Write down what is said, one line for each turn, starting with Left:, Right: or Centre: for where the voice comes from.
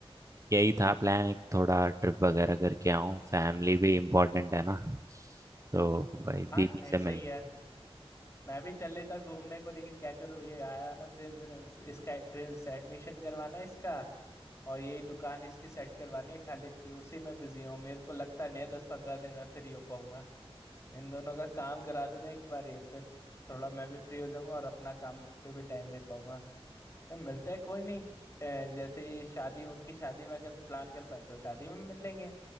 Right: यही था प्लान एक थोड़ा ट्रिप वगैरह करके आऊँ फैमिली भी इम्पोर्टेंट है ना तो भाई दीदी
Left: हाँ नहीं
Right: से
Left: सही
Right: मिल
Left: है मैं भी चल लेता घूमने को लेकिन क्या करूँ ये आया है ना प्रिंस प्रिंस इसका प्रिंस एडमिशन करवाना है इसका और यही दुकान इसकी सेट करवानी है खालिद की उसी में बिजी हूँ मेरे को लगता नहीं है दस पंद्रह दिन में फ्री हो पाऊंगा इन दोनों का काम करा दूं ना एक बार ही फिर थोड़ा मैं भी फ्री हो जाऊंगा और अपना काम पे भी टाइम दे पाऊंगा फिर मिलते हैं कोई नहीं श- अ, जैसे ही शादी उनकी शादी में अगर प्लान कर पाए तो शादी में मिल लेंगे